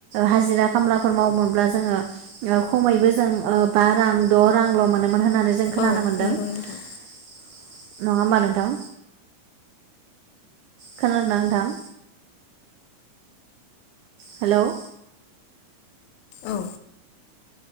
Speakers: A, on the right; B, on the left.
A: हाजिरा खामलाफोर मावोमोनब्ला जोङो ओ खमैबो जों ओ बा रां द' रांल' मोनोमोन। मोन होननानै जों खोनानो
B: औ
A: मोनदों।
B: नंगौ
A: नङा
B: नोंथां
A: होमबा नोंथां? खोनादों ना नोंथां? हेल'।
B: औ